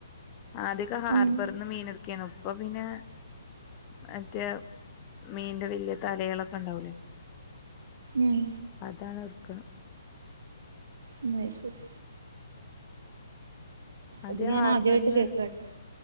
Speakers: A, on the left; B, on the right.
A: ആദ്യയൊക്കെ ഹാർബറിന്ന്
B: ഉം
A: മീൻ എടുക് ക്കേണ് ഇപ്പ പിന്നെ മറ്റേ മീന്റെ വലിയ തലേളൊക്കെ ഉണ്ടാവൂലേ.
B: ഉം
A: അതാണ് ഏർ ക്ക
B: ഇന്നാ ആയിശേരി.
A: അതെ
B: ഇത് ഞാൻ
A: ഹാർബറിന്
B: ആദ്യായിട്ട് കേക്കാട്ടോ